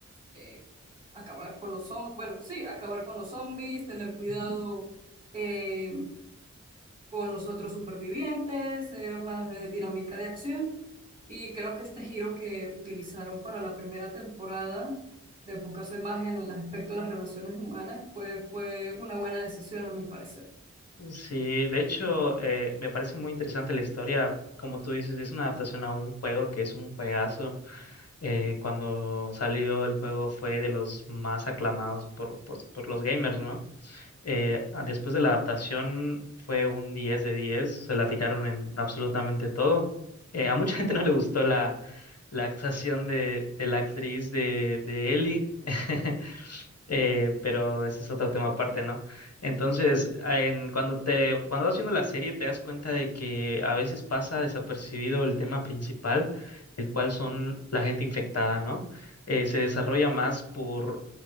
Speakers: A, on the right; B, on the left.
A: eh, acabar con los zombies, bueno, sí, acabar con los zombies, tener cuidado
B: ujú.
A: eh, con los otros supervivientes, era más de dinámica de acción. Y creo que este giro que utilizaron para la primera temporada, de enfocarse más en el aspecto de las relaciones humanas, pues fue una buena decisión a mi parecer.
B: Sí, de hecho, eh, me parece muy interesante la historia. Como tú dices, es una adaptación a un juego que es un juegazo. Eh, cuando salió el juego fue de los más aclamados por, por, por los gamers, ¿no? Eh, ah, después de la adaptación fue un 10 de diez se la tiraron en absolutamente todo. Eh, a mucha <laughs> gente no le gustó la, la actuación de, de la actriz de, de Ellie, <laughs> Eh, pero ese es otro tema aparte, ¿no? Entonces, ah, en, cuando te, cuando vas viendo la serie te das cuenta de que a veces pasa desapercibido el tema principal, el cual son la gente infectada, ¿no? Eh, se desarrolla más por